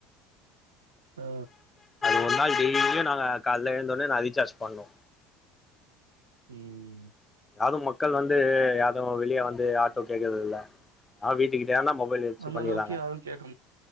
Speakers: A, on the right; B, on the left.
A: ஆ
B: ஒரு நாள் டெய்லியு நாங்க கால எழுந்தோனே நா ரீசார்ஜ் பண்ணு
A: ம்
B: யாரும் மக்கள் வந்து யாரு வெளிய வந்து ஆட்டோ கேக்கறது இல்ல ஆ வீட்டுக்கிட்டேனா மொபைல் வச்சி
A: அந்த
B: பண்ணிறாங்க
A: அளவுக்கு யாரும் கேட்க